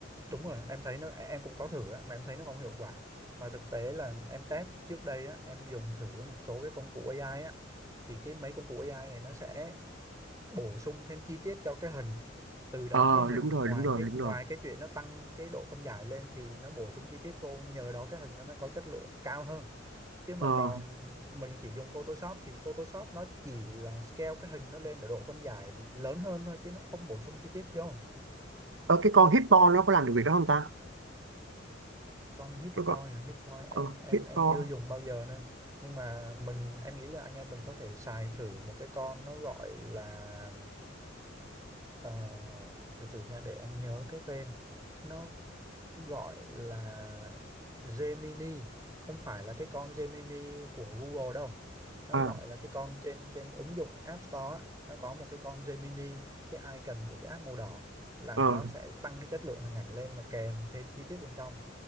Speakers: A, on the right; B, on the right.
A: đúng rồi em thấy nó em cũng có thử á, mà em thấy nó không hiệu quả mà thực tế là em test trước đây á, em dùng thử một số cái công cụ AI á thì cái mấy công cụ AI này nó sẽ bổ sung thêm chi tiết cho cái hình từ đó
B: ờ
A: cái hình
B: đúng rồi
A: ngoài
B: đúng rồi
A: cái
B: đúng
A: ngoài
B: rồi
A: cái chuyện nó tăng cái độ phân giải lên thì nó bổ sung chi tiết vô nhờ đó cái hình nó mới có chất lượng cao hơn chứ mà
B: ờ
A: còn mình chỉ dùng Photoshop thì Photoshop nó chỉ là scale cái hình nó lên ở độ phân giải lớn hơn thôi chứ nó không bổ sung chi tiết vô
B: ờ, cái con Hippo nó có làm được việc đó không ta
A: con hit
B: cái con
A: boy hả hit boy
B: ờ,
A: em em
B: Hippo
A: em chưa dùng bao giờ nữa nhưng mà mình em nghĩ là anh em mình có thể xài thử một cái con nó gọi là ờ, từ từ nha để em nhớ cái tên nó gọi là Gemini không phải là cái con Gemini của Google đâu nó
B: à
A: gọi là cái con trên trên ứng dụng App Store á, nó có một cái con Gemini cái icon của cái app màu đỏ là
B: ờ
A: nó sẽ tăng cái chất lượng hình ảnh lên mà kèm thêm chi tiết bên trong